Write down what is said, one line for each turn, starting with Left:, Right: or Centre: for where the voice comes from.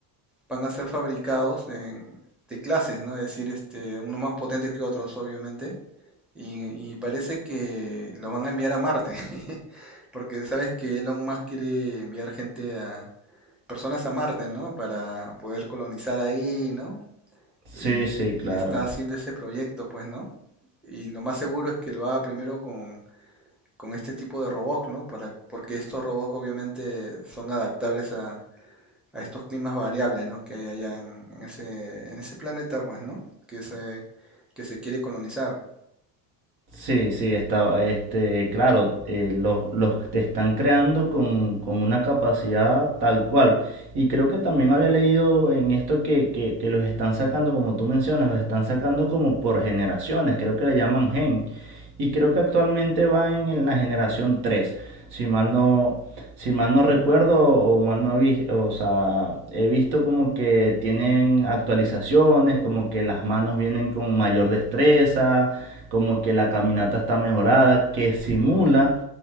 Centre: van a ser fabricados en- de clases, ¿no? Es decir, este, uno más potente que otros, obviamente. Y, y parece que los van a enviar a Marte, <laughs> porque sabes que Elon Musk quiere enviar gente personas a Marte, ¿no? Para poder colonizar ahí, ¿no? Y,
Right: Sí, sí, claro.
Centre: y está haciendo ese proyecto, pues, ¿no? Y lo más seguro es que lo haga primero con, con este tipo de robots, ¿no? Para, porque estos robots obviamente son adaptables a, a estos climas variables, ¿no? Que hay allá en, en ese, en ese planeta, pues, ¿no? Que se, que se quiere colonizar.
Right: Sí, sí, está, este, claro, eh, los, los te están creando con, con una capacidad tal cual. Y creo que también había leído en esto que, que, que los están sacando, como tú mencionas, los están sacando como por generaciones, creo que le llaman gen. Y creo que actualmente va en, en la generación 3, si mal no, si mal no recuerdo o mal no he visto, o sea, he visto como que tienen actualizaciones, como que las manos vienen con mayor destreza como que la caminata está mejorada, que simula,